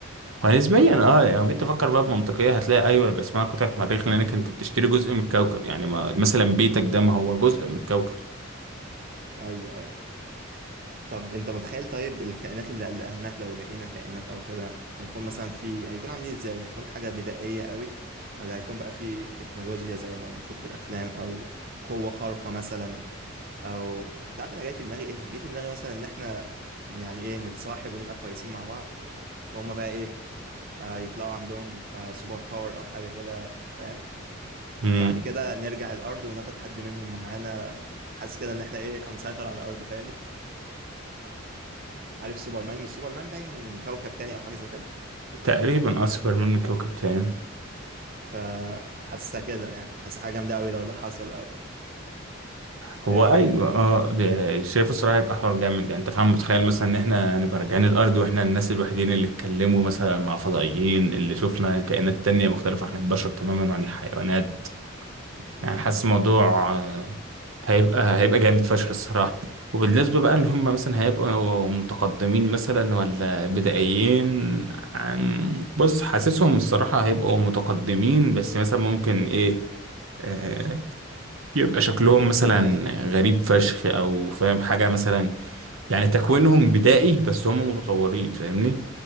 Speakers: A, on the right; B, on the right.
A: ونسبيا اه يعني لو جيت تفكر بقى بمنطقية هتلاقي أيوه يبقى اسمها قطعة مريخ لأنك أنت بتشتري جزء من الكوكب يعني ما مثلا بيتك ده ما هو جزء من الكوكب
B: ايوه ايوه طب انت متخيل طيب الكائنات اللي اللي هناك لو لقينا كائنات او كده هيكون مثلا في هيكون عاملين ازاي هيكون حاجة بدائية قوي ولا هيكون بقى في تكنولوجيا زي ما بنشوف في الافلام او قوة خارقة مثلا او انت عارف انا جاي في دماغي ايه جاي في دماغي مثلا ان احنا يعني ايه نتصاحب ونبقى كويسين مع بعض وهم بقى ايه آه يطلعوا عندهم آه سوبر باور او حاجة كده فاهم
A: امم
B: فبعد كده نرجع الارض وناخد حد منهم معانا حاسس كده ان احنا ايه هنسيطر على الارض فاهمني عارف سوبرمان مش سوبرمان باين من كوكب تاني او حاجه زي كده
A: تقريبا أصفر من كوكب تاني
B: فحاسسها كده يعني حاسسها حاجه جامده قوي لو ده حصل او
A: هو
B: ايه رايك
A: ايوه اه ده- شايف الصراحه هيبقى حوار جامد يعني انت فاهم متخيل مثلا ان احنا هنبقى راجعين الارض واحنا الناس الوحيدين اللي اتكلموا مثلا مع فضائيين اللي شفنا كائنات تانية مختلفه عن البشر تماما وعن الحيوانات
B: امم
A: يعني حاسس الموضوع آه، هيبقى هيبقى جامد فشخ الصراحه وبالنسبه بقى ان هم مثلا هيبقوا متقدمين مثلا ولا بدائيين عن بص حاسسهم الصراحه هيبقوا متقدمين بس مثلا ممكن ايه آه، يبقى شكلهم
B: فروقات بسيطه
A: مثلا
B: يعني
A: غريب فشخ او فاهم حاجة مثلا يعني تكوينهم بدائي بس هم متطورين فاهمني